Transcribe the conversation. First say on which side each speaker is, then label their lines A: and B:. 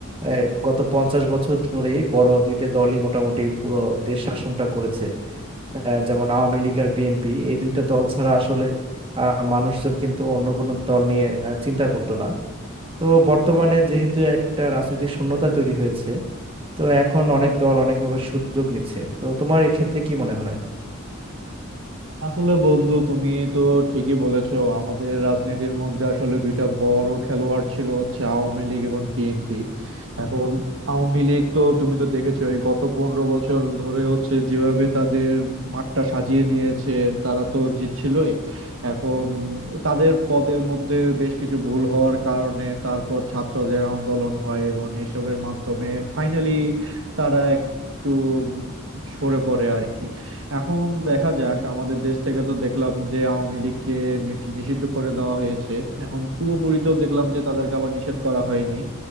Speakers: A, on the right; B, on the right.
A: এই গত পঞ্চাশ বছর ধরেই বড় দুইটা দলই মোটামুটি পুরো দেশ শাসনটা করেছে আহ, যেমন আওয়ামী লীগ আর বিএনপি এই দুইটা দল ছাড়া আসলে আহ, মানুষজন কিন্তু অন্য কোনো দল নিয়ে আহ, চিন্তা করতো না তো বর্তমানে যেহেতু একটা রাজনৈতিক শূন্যতা তৈরি হয়েছে তো এখন অনেক দল অনেকভাবে সুযোগ নিচ্ছে তো তোমার এক্ষেত্রে কি মনে হয়
B: আসলে বন্ধু তুমি তো ঠিকই বলেছো আমাদের রাজনীতির মধ্যে আসলে দুইটা বড় খেলোয়াড় ছিল হচ্ছে আওয়ামী লীগ এবং বিএনপি এখন আওয়ামী লীগ তো তুমি তো দেখেছো এই গত পনেরো বছর ধরে হচ্ছে যেভাবে তাদের মাঠটা সাজিয়ে নিয়েছে তারা তো জিতছিলই এখন তাদের পদের মধ্যে বেশ কিছু ভুল হওয়ার কারণে তারপর ছাত্রদের আন্দোলন হয় এবং এসবের মাধ্যমে ফাইনালি তারা একটু সরে পড়ে আর কি এখন দেখা যাক আমাদের দেশ থেকে তো দেখলাম যে আওয়ামী লীগকে নিষি- নিষিদ্ধ করে দেওয়া হয়েছে এখন পুরোপুরি তো দেখলাম যে তাদেরকে আবার নিষেধ করা হয়নি